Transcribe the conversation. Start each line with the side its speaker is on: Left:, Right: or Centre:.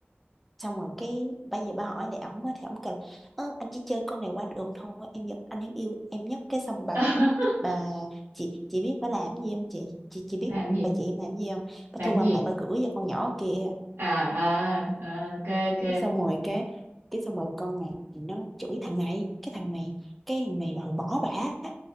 Centre: xong rồi cái bây giờ bà hỏi này ổng á thì ổng kêu Ơ, anh chỉ chơi con này qua đường thôi em vẫn anh vẫn yêu em nhất cái xong bà
Right: <laughs>
Centre: bà chị chị biết bà làm cái gì không chị chị chị biết
Right: làm gì
Centre: bà chị em làm cái gì không bà
Right: làm
Centre: thu
Right: gì
Centre: âm lại bà gửi cho con nhỏ kìa
Right: à à, à ok ok
Centre: cái xong rồi cái cái xong rồi con này nó chửi thằng này cái thằng này cái thằng này đòi bỏ bả cái